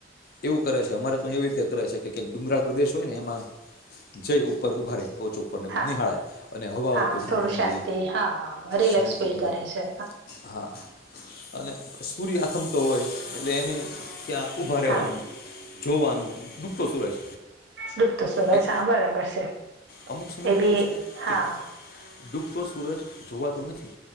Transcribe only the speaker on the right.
હા
હા
થોડું શાંતિ હા રિલેક્સ
ફીલ
કરે છે
હા
ડૂબતો સુરજ,
હા બરાબર છે.
એ
બી
હા